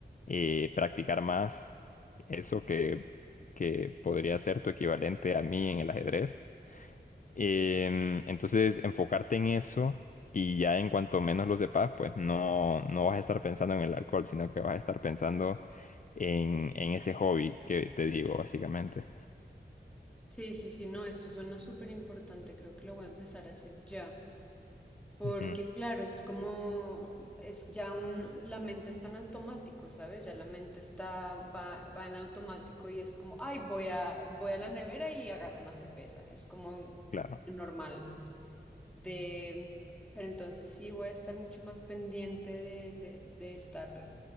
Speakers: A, on the left; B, in the centre.
A: eh, practicar más eso que, que podría ser tu equivalente a mí en el ajedrez. Em, entonces, enfocarte en eso y ya en cuanto menos lo sepas, pues no, no vas a estar pensando en el alcohol, sino que vas a estar pensando en, en ese hobby que te digo, básicamente.
B: Sí, sí, sí, no, esto suena súper importante, creo que lo voy a empezar a hacer ya, porque
A: Ujú,
B: claro, es como, es ya un, la mente está en automático, ¿sabes? Ya la mente está, va, va en automático y es como, ay, voy a, voy a la nevera y agarro una cerveza, es como
A: claro,
B: normal de, pero entonces sí voy a estar mucho más pendiente de, de, de estar